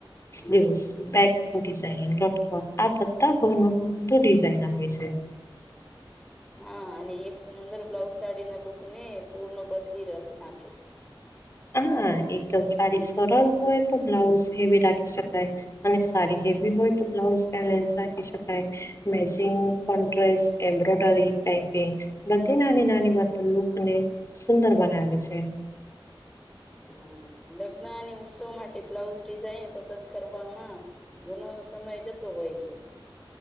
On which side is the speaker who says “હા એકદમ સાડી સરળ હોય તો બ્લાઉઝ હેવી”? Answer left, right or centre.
Left